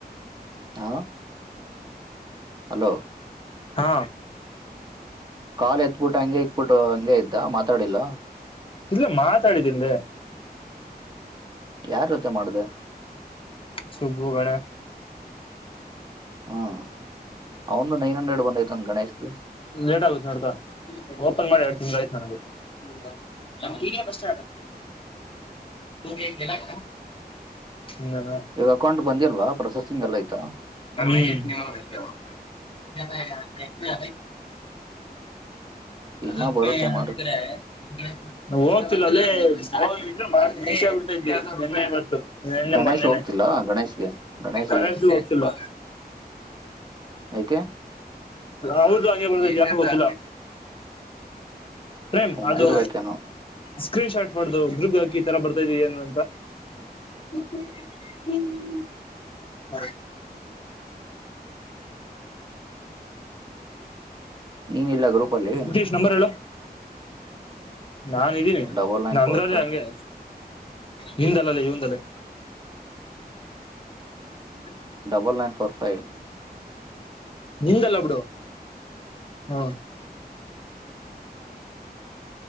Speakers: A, on the right; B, on the left.
A: ಹಾಂ ಹಲೋ
B: ಹಾ
A: ಕಾ ಎತ್ಬಿಟ್ಟು ಹಂಗೆ ಇಕ್ಬಿಟ್ಟು ಹಂಗೆ ಇದ್ದ ಮಾತಾಡಿಲ್ಲ?
B: ಇಲ್ಲ ಮಾತಾಡಿನ್ರಿ.
A: ಯಾರ್ ಜೊತೆ ಮಾಡ್ದೆ?
B: ಸುಬ್ಬುಗಳ.
A: ಹ್ಮ ಅವಂದು ನೈನ್ ಹಂಡ್ರೆಡ್ ಬಂದೈತಂದ ಗಣೇಶ್ದ್.
B: ಲೇಟ್ ಆಗುತ್ತೆ ನೋಡ್ಕಾ ಓಪನ್ ಮಾಡಿ ಎರಡ್ ತಿಂಗಳಾಯ್ತು ನಂದು. ಹೌದ ನಮ್ ಕಿರಿಯ ಬಸ್ಸಾರು. <unintelligible>
A: ಈಗ ಅಕೌಂಟ್ಗ್ ಬಂದಿಲ್ವ ಪ್ರೊಸೆಸಿಂಗ್ ಅಲ್ಲ ಆಯ್ತಾ?
B: ಅ <unintelligible> ಅದನ
A: ಇನ್ನ ಬರುತ್ತೆ
B: ದ ಕರೆ <unintelligible>
A: ಮಾಡು
B: ಹೋಗ್ತಿಲ್ಲ ಅದೇ ಮಿಸ್ ಆಗ್ಬಿಡ್ತು ನೆನ್ನೆ ಇವತ್ತು. ನೆನ್ನೆ
A: ಗಣೇಶ್
B: ಮೊನ್ನೆನ
A: ಹೋಗ್ತಿಲ್ಲ ಗಣೇಶ್ಗೆ ಗಣೇಶ್ಗೆ
B: ಕಾಲೇಜ್ಗೂ ಹೋಗ್ತಿಲ್ವಾ.
A: ಯಾಕೆ?
B: ಹೌದು ಹಂಗೆ ಬರ್ತೖತ್ ಯಾಕೊ ಗೊತ್ತಿಲ್ಲ. ಪ್ರೇಮ್
A: ಮುಗ್ದಿರ್ಬೇಕೇನೋ
B: ಅದು ಸ್ಕ್ರೀನ್ ಶಾಟ್ ಪಡ್ದು ಗೂಗಲ್ ಹಾಕಿ ಈತರ ಬರ್ತಾವಿ ಏನು ಅಂತ. ಹ್ಮ ಹ್ಮ ಹ್ಮ್ ಹ್ಮ್್ಮ <unintelligible>
A: ನೀನ್ ಇಲ್ಲ ಗ್ರೂಪ್ ಅಲ್ಲಿ
B: ತೀಶ್ ನಂಬರ್ ಹೇಳು? ನಾನ್ದೀನಿ
A: ಡಬಲ್ ನೈನ್
B: ನಂದ್ರದೇ
A: ಫೋರ್ ಫೈವ್
B: ಹಂಗೆ. ನಿಂದಲ್ಲ ಅಲ್ಲಲ್ಲೇ ಇವಂದದೆ. ಹ್ಮ
A: ಡಬಲ್ ನೈನ್ ಫೋರ್ ಫೖವ್.
B: ನಿಂದಲ್ಲ ಬಿಡು ಹಾ.